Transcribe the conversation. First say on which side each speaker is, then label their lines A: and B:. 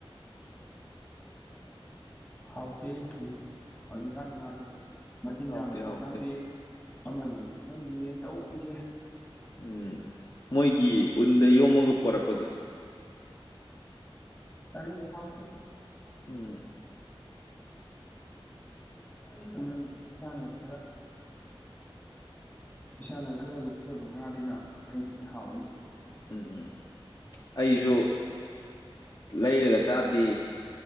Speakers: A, on the left; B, on the left.
A: ꯍꯥꯎ ꯇꯅꯦ ꯍꯧꯖꯤ ꯀꯥꯟ ꯉꯥꯖꯦ ꯃꯆꯤꯟꯖꯥꯛꯅꯅꯤ
B: ꯍꯥꯎꯇꯦ ꯍꯥꯎꯇꯦ
A: ꯈꯪꯗꯦ ꯑꯃꯅꯤ ꯈꯪꯗꯦ ꯇꯧꯔꯛꯏꯁꯦ
B: ꯎꯝ ꯃꯣꯏꯒꯤ ꯎꯟꯗ ꯌꯣꯝꯃꯒ ꯄꯨꯔꯛ
A: ꯀꯅꯤ ꯍꯥꯎ ꯀ
B: ꯎꯝ
A: ꯑꯗꯨꯝ ꯏꯁꯥꯅ ꯈꯔ ꯏꯁꯥꯅ ꯈꯔ ꯌꯣꯛꯆꯕ ꯉꯥꯅꯤꯅ ꯍꯥꯎꯏ꯫
B: ꯎꯝ-ꯎꯝ-ꯑꯩꯖꯨ꯫ ꯂꯩꯔꯒ ꯆꯥꯗꯦ